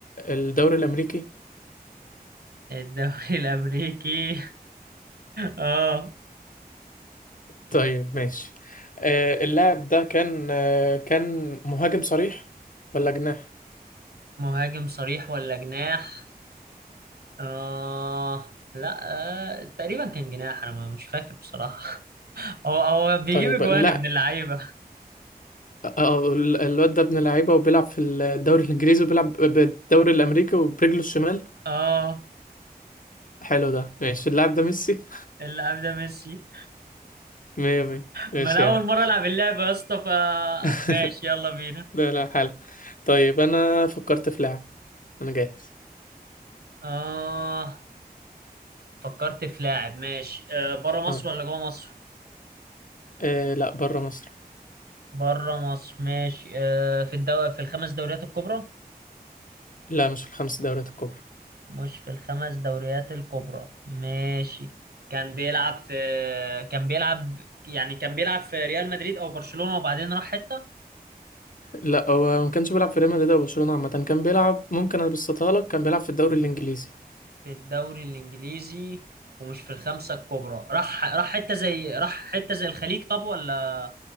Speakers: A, on the left; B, on the right.
A: الدوري الامريكي
B: الدوري الامريكي <laughs> اه
A: طيب ماشي آه، اللاعب ده كان آه، كان مهاجم صريح ولا جناح
B: مهاجم صريح ولا جناح آه لا آه تقريبا كان جناح انا ما- مش فاكر بصراحة <laughs> هو هو بيجيب
A: طيب
B: اجوان
A: لا
B: ابن اللعيبة
A: آه، آه، ال- الواد ده ابن لعيبة وبيلعب في الدوري الإنجليزي وبيلعب بالدوري الأمريكي وبرجله الشمال
B: اه
A: حلو ده ماشي اللاعب ده ميسي
B: اللاعب ده ميسي
A: <laughs> مية مية ماشي
B: ما انا
A: يعني
B: اول مرة العب اللعبة يا اسطى ف
A: <laughs>
B: ماشي يلا بينا
A: لا لا حلو طيب أنا فكرت في لاعب أنا جاهز
B: اه فكرت في لاعب ماشي آه بره مصر
A: اه
B: ولا جوه مصر
A: إيه لا بره مصر
B: بره مصر ماشي آه في الدوري في الخمس دوريات الكبرى
A: لا مش في الخمس دوريات الكبرى
B: مش في الخمس دوريات الكبرى ماشي كان بيلعب في كان بيلعب يعني كان بيلعب في ريال مدريد او برشلونة وبعدين راح حتة
A: لا هو ما كانش بيلعب في ريال مدريد أو برشلونة عامة كان بيلعب ممكن أبسطها لك كان بيلعب في الدوري الإنجليزي
B: في الدوري الانجليزي ومش في الخمسة الكبرى راح راح حتة زي راح حتة زي الخليج طب ولا